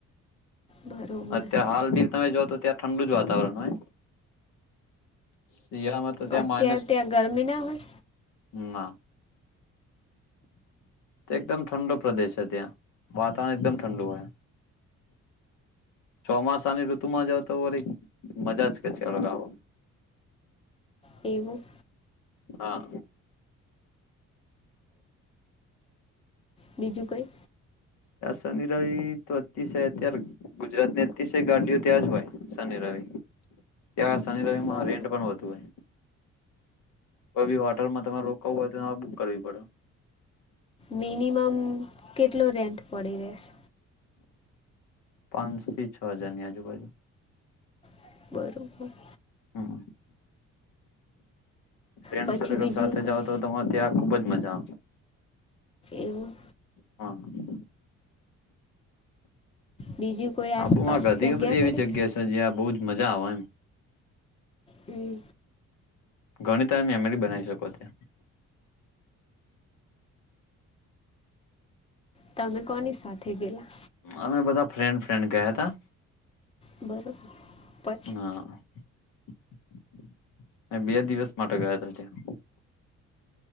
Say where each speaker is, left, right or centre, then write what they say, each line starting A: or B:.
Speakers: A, on the left; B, on the left.
A: બરોબર
B: અત્યારે હાલ ભી તમે જો તો ત્યાં ઠંડુ જ વાતાવરણ હોય. <inaudible> માં તો ત્યાં
A: અત્યારે
B: માઇનસ
A: ત્યાં ગરમી ના હોય
B: હમ ના. એકદમ ઠંડો પ્રદેશ છે ત્યાં વાતાવરણ એકદમ ઠંડુ હોય. ચોમાસાની ઋતુમાં જઓ તો વરી મજા જ કેચ લગાવો.
A: એવું.
B: હા.
A: બીજું કઈ.
B: આ શની રવિ તો અતિસય અત્યારે ગુજરાત ની અતિશય ગાડીઓ ત્યાં જ હોય શનિ રવિ ત્યાં શનિ રવિ
A: બરોબર
B: માં રેન્ટ પણ વધુ હોય. કોઈ બી હોટલમાં તમારે રોકવુ હોય તો બુક કરવી પડે.
A: મિનિમમ કે કેટલું રેન્ટ પડી રેસે?
B: પાંચ થી છ હજારની આજુબાજુ.
A: બરોબર.
B: હમ ફ્રેન્ડ
A: પછી
B: સર્કલ
A: બીજું
B: સાથે
A: કોઈ
B: જાઓ તો તમારે ત્યાં ખુબ જ મજા.
A: એવું
B: હા
A: બીજું કોઈ આસપાસ
B: આબુમાં ઘણી
A: જગ્યા
B: બધી
A: ખરી
B: એવી જગ્યા છે જ્યાં બહુ જ મજા આવે એમ.
A: હમ.
B: ઘણી તમે મેમરી બનાવી શકો છો.
A: તમે કોની સાથે ગયેલા?
B: અમે બધા ફ્રેન્ડ ફ્રેન્ડ ગયા હતા.
A: બરોબર. પછી
B: હા. બે દિવસ માટે ગયા હતા ત્યા.